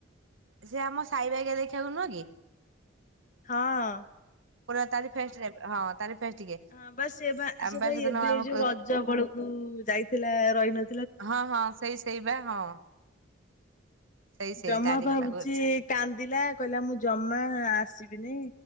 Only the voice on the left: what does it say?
ହଁ।
ହଁ ବା ସେବା
ସେବା
ଏବେ
ଏ ଯୋଉ ରଜ ବେଳକୁ ଯାଇଥିଲା ରଇନ
ଜମା
ଭାବୁଚି
କାନ୍ଦିଲା। କହିଲା ମୁଁ ଜମା ଆସିବିନି